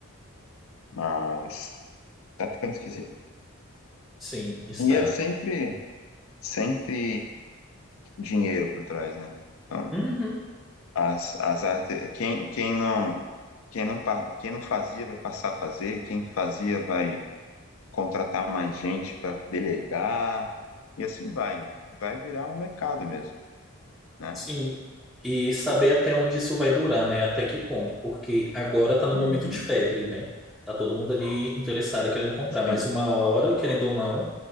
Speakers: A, on the left; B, in the centre.
A: Mas tá ficando esquisito.
B: Sim, está.
A: E é sempre, sempre dinheiro por trás, né? Então,
B: Uhum.
A: As, as artes, quem, quem não, quem não, pa- quem não fazia vai passar a fazer, quem fazia vai contratar mais gente para delegar, e assim vai. Vai virar um mercado mesmo, né?
B: Sim, e saber até onde isso vai durar, né? Até que ponto, porque agora tá no
A: Uhum,
B: momento de febre, né? Tá todo mundo ali interessado e querendo comprar,
A: sim,
B: mas uma hora, querendo ou não,